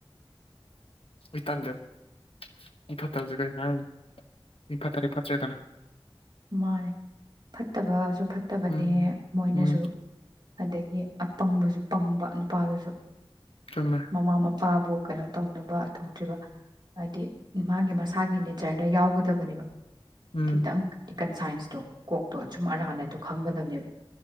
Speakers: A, on the left; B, on the right.
A: ꯏ ꯇꯜꯗꯦꯕ ꯏ ꯐꯠꯇ ꯍꯧꯁꯦ ꯀꯩ ꯍꯥꯏ ꯏ ꯐꯥꯠꯇꯔꯦ ꯐꯠꯇ꯭ꯔꯦꯗꯅ
B: ꯃꯥꯅꯦ ꯐꯠꯇꯕꯁꯨ ꯐꯠꯇꯕꯅꯦ
A: ꯎꯝ
B: ꯃꯣꯏꯅꯁꯨ
A: ꯎꯝ
B: ꯑꯗꯒꯤ ꯑꯄꯪꯕꯁꯨ ꯄꯪꯕ ꯅꯨꯄꯥꯗꯨꯁꯨ
A: ꯆꯨꯝꯃꯦ
B: ꯃꯃꯥ ꯃ ꯄꯕꯥꯕꯨ ꯀꯩꯅꯣ ꯇꯧꯅꯕ ꯊꯣꯛꯧꯇ꯭ꯔꯤꯕ ꯍꯥꯏꯗꯤ ꯃꯥꯒꯤ ꯃꯁꯥꯒꯤ ꯅꯦꯆꯔꯗ ꯌꯥꯎꯒꯗꯕꯅꯦꯕ
A: ꯎꯝ
B: ꯈꯤꯇꯪ ꯍꯟ ꯁꯥꯏꯟꯁꯇꯣ ꯀꯣꯛꯇꯣ ꯑꯁꯨꯝ ꯑꯔꯥꯟ ꯍꯥꯏꯗ ꯈꯪꯒꯗꯕꯅꯦꯕ